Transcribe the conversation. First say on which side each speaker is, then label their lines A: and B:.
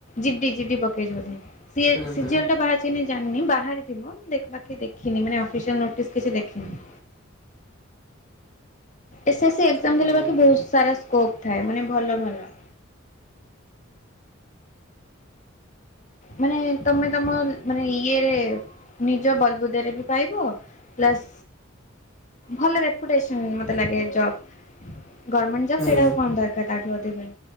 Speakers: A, on the left; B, on the left.
A: ଜିଡି ଜିଡି ପକେଇଛି ବୋଧେ ସିଏ
B: ହୁଁ
A: ସିଜିଏଲ୍
B: ହୁଁ।
A: ଟା ବାହାର୍ ଚି ନାଇ ଜାଣ୍ନି ବାହାରି ଥିବ ଦେଖ୍ ବାକି ଦେଖିନି ମାନେ ଅଫିସିଆଲ୍ ନୋଟିସ୍ କିଛି ଦେଖିନି। ଏସେସି ଏକ୍ଜାମ୍
B: ହୁଁ
A: ଦେଲେ ବାକି
B: ହୁଁ
A: ବହୁତ୍ ସାରା ସ୍କୋପ୍ ଥାଏ ମାନେ ଭଲ ଭଲ। ମାନେ ତମେ ତମ ମାନେ ଇଏରେ ନିଜ ବଲ୍ ବୁଦାରେ ବି ପାଇବ। ପସ୍ ଭଲ ରେପୁଟେସନ୍ ମତେ ଲାଗେ ଜବ୍। ଗଡ୍ମେଣ୍ଟ୍ ଜବ୍
B: ହୁଁ
A: ସେଇଟା ଆଉ କଣ ଦରକାର ତାଠୁ ଅଧିକ